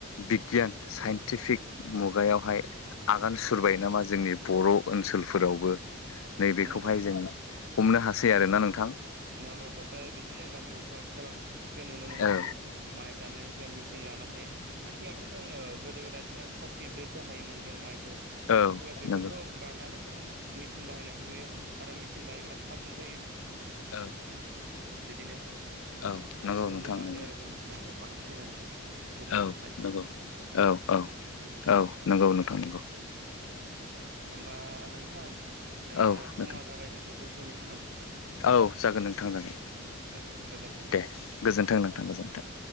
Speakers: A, on the left; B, on the right.
A: बिगियान साइन टिफिक मुगायावहाय आगान सुरबाय नामा जोंनि बर' ओनसोलफोरावबो नैबेखौहाय
B: नंगौ नंगौ
A: जों हमनो हासै आरोना नोंथां।
B: <unintelligible> बिदिनो गामि गफ' आथिखालाव बे नुनो मोनो
A: औ
B: जों माइ दाननायनि फ्राय मेसिन लाना फायो आथिखालथ' जोङो गोदो गोदायथ' जों खासिदोसो हायोमोन जों माइ खौ दा
A: औ
B: आथिखालाव बेफोरखौ
A: नंगौ
B: गारनानै जों मेसिन बाहायनायखौ नुयो आरो मेसिन बाहायोब्ला थाबनो जायो
A: औ
B: बिदिनो बेफोरखौ
A: औ नंगौ नोंथां
B: बाहायो
A: नंगौ
B: आरो जों सुबुंफ्रा बांसिनानो बेफोरनि
A: औ
B: थाखाय
A: नोंगौ औ औ औ नोंगौ नोंथां नोंगौ
B: होमबा नोंथां जोङो
A: औ
B: समा
A: नोंथां
B: जाबाय जोङो दोनथ'नोसै न'
A: औ जागोन नोंथां जागोन
B: दे गोजोन्थों नोंथां
A: दे गोजोनथों नोंथां गोजोनथों